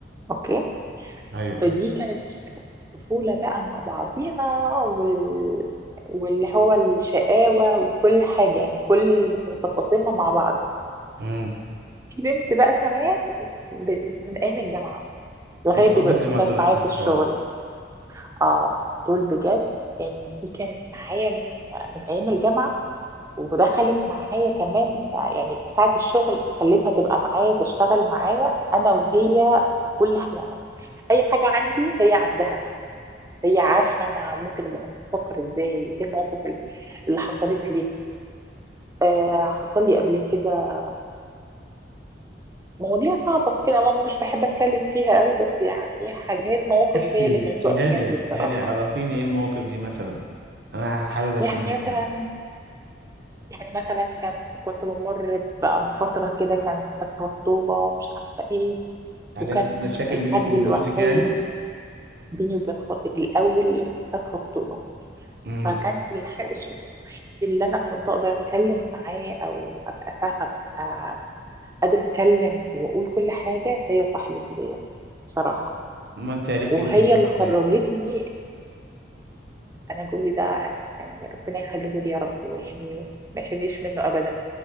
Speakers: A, on the right; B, on the right.
A: اوكي
B: ايوه
A: فدي كانت طفولة بقى مع بعضينا وال... واللي هو الشقاوة وكل حاجة يعني كل تفاصيلنا مع بعض
B: امم
A: في بنت بقى كمان ب... من أيام الجامعة لغاية
B: اصحاب
A: دلوقتي
B: الجامعة
A: وكانت
B: دول احلى
A: معايا في
B: اصحاب
A: الشغل اه دول بجد يعني دي كانت معايا من من أيام الجامعة وده خلت معايا كمان يعني ساعة الشغل خليتها تبقى معايا تشتغل معايا أنا وهي كل ح- يعني أي حاجة عندي هي عندها هي عارفة أنا ممكن أبقى بفكر إزاي إيه المواقف ال- اللي حصلت لي آه حصل لي قبل كده مواضيع صعبة كده ما مش بحب أتكلم فيها قوي بس يعني إيه حاجات مواقف
B: احكي
A: هي اللي كانت
B: احكيها
A: واقفة جنبي
B: لي احكيها
A: بصراحة
B: لي عرفيني ايه المواقف دي مثلا انا حابب اسمعك
A: يعني مثلا
B: يعني
A: يعني مثلا كان كنت بمر ب- بفترة كده كان فيها خطوبة ومش عارفة ايه
B: حاجات
A: وكان
B: مشاكل
A: الحد
B: بينك وبين
A: الوحيد
B: جوزك يعني
A: بيني وبين خ- الأول فسخ خطوبة
B: امم
A: فكان الح- الشخص الوحيد اللي أنا كنت أقدر أتكلم معاه أو أبقى فا أبقى قادرة أتكلم وأقول كل حاجة هي صاحبتي ديت بصراحة
B: ما انت عرفت
A: وهي
B: جوزك ده
A: اللي خرجتني
B: ازاي
A: أنا جوزي ده يعني ربنا يخليه لي يا رب ويحميه ما يحرمنيش منه أبدا